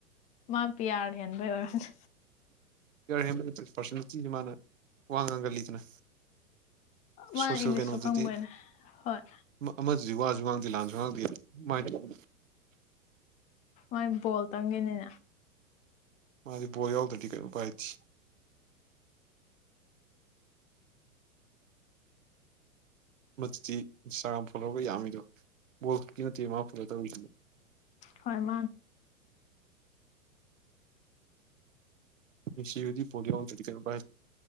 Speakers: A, on the left (about 15°); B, on the right (about 65°).
A: ꯃꯥ ꯄꯤꯌꯥꯔ ꯍꯦꯟꯕꯩ ꯑꯣꯏꯔꯣꯅꯦ
B: ꯌꯥ ꯍ ꯄꯔꯁ ꯆꯤꯦ ꯃꯥꯅ ꯋꯥ ꯉꯥꯡꯒꯜꯂꯤꯗꯅ
A: ꯃꯥꯅ
B: ꯁꯣꯁꯦꯜ
A: ꯏꯪꯂꯤꯁꯁꯨ
B: ꯀꯩꯅꯣꯗꯗꯤ
A: ꯈꯪꯕꯣꯏꯅꯦ ꯍꯣꯏ
B: ꯑꯃꯗꯨꯗꯤ ꯋꯥꯁꯨ ꯉꯥꯡꯗꯦ ꯂꯥꯟꯁꯨ ꯉꯥꯡꯗꯦꯃꯥꯏꯅ ꯇꯧ
A: ꯃꯣꯏ ꯕꯣꯜ ꯇꯪꯈꯤꯅꯤꯅ
B: ꯃꯥꯗꯤꯦ ꯕꯣ ꯌꯥꯎꯗ꯭ꯔꯗꯤ ꯀꯩꯅꯣ ꯎꯄꯥꯏꯇꯦ ꯃꯗꯨꯗꯤ ꯏꯟꯁꯇꯥꯒ꯭ꯔꯥꯝ ꯐꯣꯂꯣꯧꯕꯒ ꯌꯥꯝꯃꯤꯗꯣ ꯕꯣꯜ ꯈꯨꯛꯀꯤ ꯅꯠꯇꯦ ꯃꯥ ꯐꯣꯂꯣ ꯇꯧꯔꯤꯁꯤꯗꯤ
A: ꯍ ꯃꯥ
B: ꯃꯤꯁꯤ ꯌꯨꯗꯤ ꯣꯂꯤ ꯑꯣꯟꯗꯦꯗꯤꯀꯦꯜꯕ